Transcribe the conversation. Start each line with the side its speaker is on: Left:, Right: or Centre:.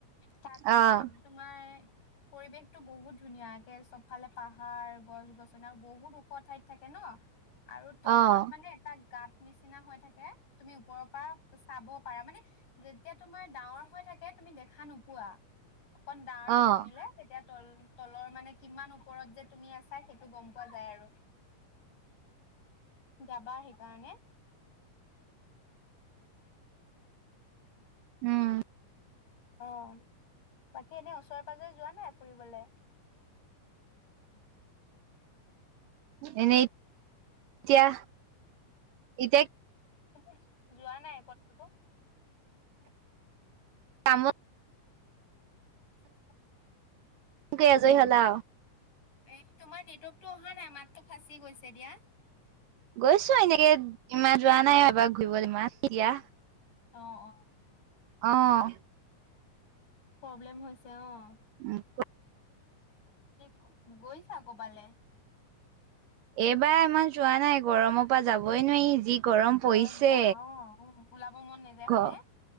Left: তাত
Right: অ',
Left: মানে তোমাৰ পৰিৱেশতটো বহুত ধুনীয়া একে চবফালে পাহাৰ গছ -গছনি আৰু বহুত ওখ ঠাইত থাকে নহ। আৰু তলত
Right: অ',
Left: মানে এটা গাত নিচিনা হৈ থাকে তুমি ওপৰৰ বাহ চাব পাৰা মানে যেতিয়া তোমাৰ ডাঙৰ হৈ থাকে তুমি দেখা নোপোৱা। অকন জাৰকো
Right: অ',
Left: কমিলে তেতিয়া তল তলৰ মানে কিমান ওপৰত যে তুমি আছা সেইটো গম পোৱা যায় আৰু যাবা সেইকাৰণে।
Right: উম
Left: অহ বাকী এনে ওচৰে পাজৰে যোৱা নাই ফুৰিবলে?
Right: এনেই এতিয়া এতিয়া
Left: তুমি যোৱা নাই কতটো?
Right: কামত
Left: <unintelligible>
Right: কেহ আজৰি হলাও
Left: এই তোমাৰ নেটৱৰ্কতটো অহা নাই মাতটো ফাঁচি গৈছে দিয়া
Right: গৈছো এনেকে ইমান যোৱা নাই এবাৰ ঘূৰিবলৈ এতিয়া
Left: অহ অহ
Right: অহ
Left: প্ৰব্লেম হৈছে অহ
Right: উম।
Left: কি গৈছা কৰ'বালৈ
Right: এইবাৰ ইমান যোৱা নাই গৰমৰ পৰা যাবই নোৱাৰি যি গৰম
Left: হয়
Right: পৰিছে
Left: দিয়া অ অ ওলাব মন নাযায়
Right: ঘ
Left: হয়নে